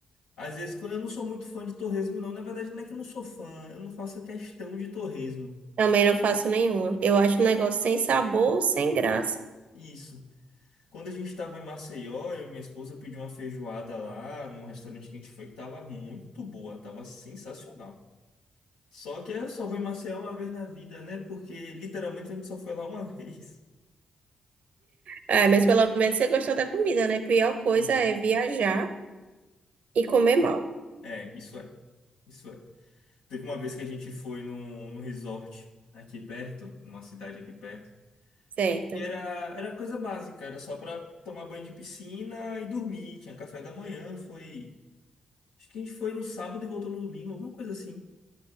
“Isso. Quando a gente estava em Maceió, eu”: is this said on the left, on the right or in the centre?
Left